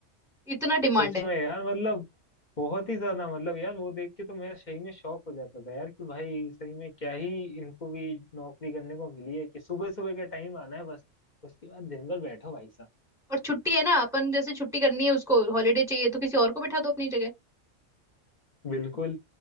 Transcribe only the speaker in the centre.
इतना डिमांड
है
और छुट्टी है ना अपन जैसे छुट्टी करनी है उसको हॉलीडे चाहिए तो किसी और को बैठा दो अपनी जगह